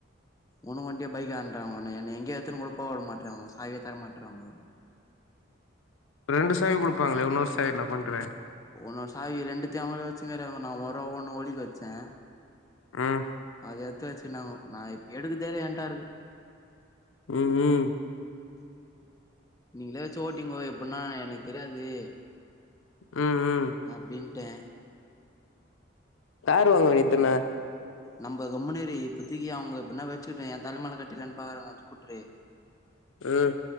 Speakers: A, on the left (about 15°); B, on the left (about 85°).
A: உனுக்கு ஒண்டிய பைக் ஆன்றாங்கோ என்னய எங்கயு எடுத்துன்னு கூட போவுட மாட்டறாங்கோ சாவியே தர மாட்டேறாங்கோ
B: ரெண்டு சாவி் குடுப்பாங்களே ஒன்னொரு சாவி என்ன பண்ற
A: ஒன்னோறு சாவி ரெண்டுத்தியு அவங்களே வச்சு கிறாங்கோ நா ஒரு ஒண்ணு ஒலிக்கு வச்சே
B: ம்
A: அத எத்து வச்சுனாங்கோ நா இப்ப எடுக்கறதேல்ல ஏன்டாருக்கு
B: ம் ம்
A: நீங்களே வச்சு ஓட்டீங்கோ எப்பன்னா எனக்கு தெரியாது
B: ம் ம்
A: அப்டின்ட்டே
B: காரு வாங்கவேண்டியதான
A: நம்ப கம்முனுரு இப்பத்திக்கி அவுங்க எப்பின்னா வச்சுக்கிட்டோ எ தலமேல கட்டிலான்னு பாக்கறாங்க அந்த ஸ்கூட்டுரு
B: ம்